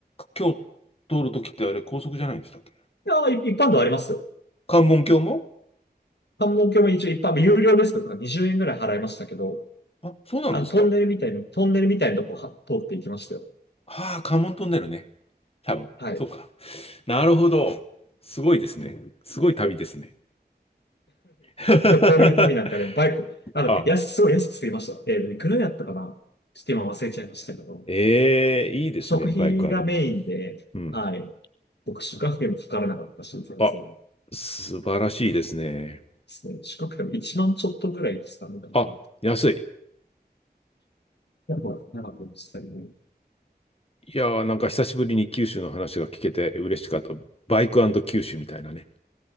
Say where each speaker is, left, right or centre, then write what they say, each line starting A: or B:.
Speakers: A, on the left; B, on the left.
A: 橋通るときってあれ高速じゃないんでしたっけ
B: いやー、い一般道ありますよ。
A: 関門橋も
B: 関門橋も一応一般道、有料ですけど、20円ぐらい払いましたけど、
A: あ、そうなんですか。
B: あの、トンネルみたいな、トンネルみたいなとこは通っていきましたよ。
A: ああ、関門トンネルね。多分。
B: はい。
A: そうか。
B: <laughs>
A: なるほど。すごいですね。すごい旅ですね。<laughs>
B: こういう旅なんかね、バイク、あの、
A: あ、
B: 安く、すごい安く済みました。えー、いくらやったかなちょっと今忘れちゃいましたけど、
A: ええいいですね。
B: 食費がメインで、
A: バイクあると。うん。
B: はい。僕、宿泊費もかからなかったし、全然です
A: あ、素晴らしいですね。
B: ね。宿泊費も1万ちょっとぐらいですかね、なんかな。
A: あ、安い。
B: やっぱ長くなりましたけど、
A: いやー、なんか久しぶりに九州の話が聞けて嬉しかった。バイク九州みたいなね。